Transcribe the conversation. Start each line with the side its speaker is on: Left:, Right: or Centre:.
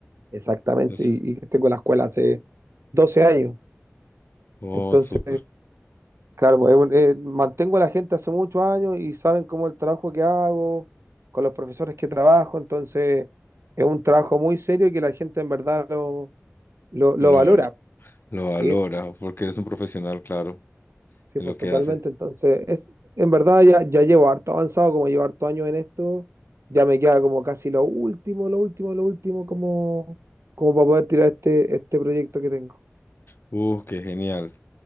Right: Exactamente,
Left: Es-
Right: y, y tengo la escuela hace 12 años.
Left: Oh,
Right: Entonces,
Left: súper.
Right: Claro, pues, es un- eh, mantengo a la gente hace muchos años y saben cómo el trabajo que hago, con los profesores que trabajo, entonces es un trabajo muy serio y que la gente en verdad lo, lo, lo
Left: Lo,
Right: valora.
Left: val- lo valora
Right: Sí,
Left: porque eres un profesional, claro,
Right: sí,
Left: en
Right: pues
Left: lo
Right: totalmente.
Left: que haces.
Right: Entonces, es, en verdad ya, ya llevo harto avanzado, como llevo harto años en esto, ya me queda como casi lo último, lo último, lo último, como, como para poder tirar este, este proyecto que tengo.
Left: Uh, qué genial.